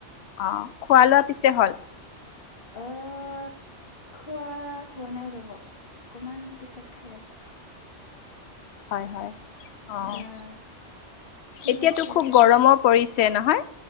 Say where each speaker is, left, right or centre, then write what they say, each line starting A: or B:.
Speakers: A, on the left; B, on the left.
A: অঁ! খোৱা লোৱা পিছে হ'ল?
B: অ <unintelligible> খোৱা হোৱা নাই ৰ'ব। অকমান পিছত খাই আছোঁ।
A: হয়-হয়। অঁ!
B: আহ ঠিক
A: এতিয়াতো
B: আছে
A: খুব
B: তেন
A: গৰমো পৰিছে নহয়?